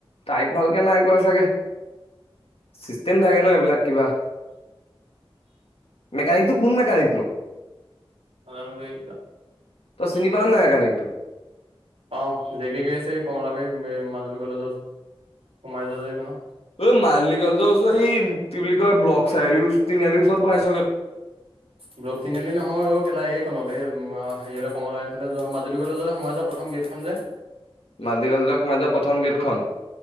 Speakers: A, on the left; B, on the right.
A: টাইত ভালকে নাই কৰা চাগে। চিষ্টেম থাকে ন এইবিলাক। কিবা মেকানিকটো কোন মেকানিক নো?
B: নাজানো দেই
A: তই চিনি পাও নাই মেকানিকটো?
B: পাও জেকে গৈ আছে কমলাবাৰ মাজুলী কলেজৰ ওচৰত সোমাই যোৱা যে এইকনত
A: ঐ মাল্টি কলেজৰ ওচৰত সি কি বুলি কয় ব্লক চাৰিআলি ওচৰ তিনিআলিৰ বহাইছে
B: ব্লক তিনিআলি নহয় অ কেলা। এই খনত এই হেৰিয়াললে কমলাবাৰী ইফালে যোৱা মাজুলী কলেজ য'লে সোমাই যোৱা প্ৰথম গেটখন যে
A: মাজুলী কলেজৰে সোমাই যোৱা প্ৰথম গেটখন?